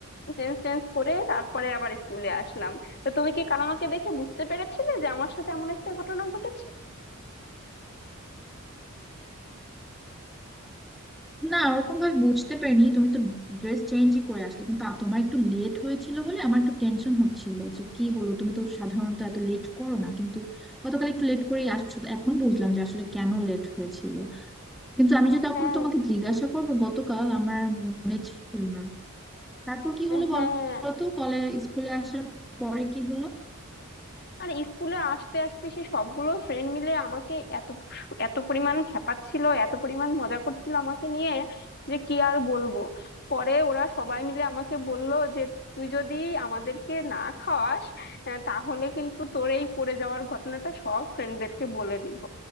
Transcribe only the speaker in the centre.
না ওরকম ভাবে বুঝতে পারিনি তুমি তো ড্রেস চেঞ্জই করে আসলে কিন্তু আ- তোমার একটু লেট হয়েছিল বলে আমার একটু টেনশন হচ্ছিল যে কি হলো তুমি তো সাধারণত এত লেট করো না কিন্তু গতকাল একটু লেট করেই আসছো তো এখন বুঝলাম যে আসলে কেন লেট হয়েছিল কিন্তু আমি যে তখন
তোমাকে জিজ্ঞাসা করবো গতকাল আমার আর মনে ছিল না তারপর কি হলো
বলতো কলে স্কুলে আসার পরে কি হলো